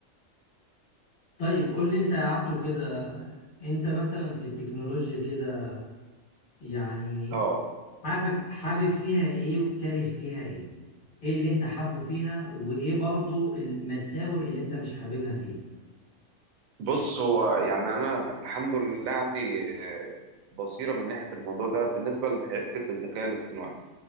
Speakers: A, on the left; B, on the right.
A: طيب قول لي أنت يا عبدو كده أنت مثلا في التكنولوجيا كده يعني
B: اه
A: حابب حابب فيها إيه وكاره فيها إيه؟ إيه اللي أنت حابه فيها وإيه برضو المساوئ اللي أنت مش حاببها فيها؟
B: بص هو يعني انا الحمد لله عندي آه، بصيرة من ناحية الموضوع ده بالنسبة لحتة الذكاء الاصطناعي